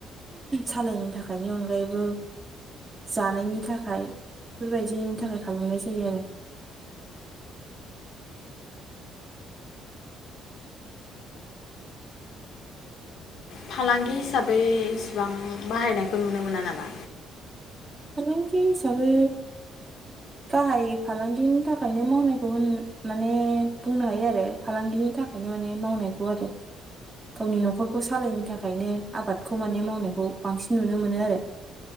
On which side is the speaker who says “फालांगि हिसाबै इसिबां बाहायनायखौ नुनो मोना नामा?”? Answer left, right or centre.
Left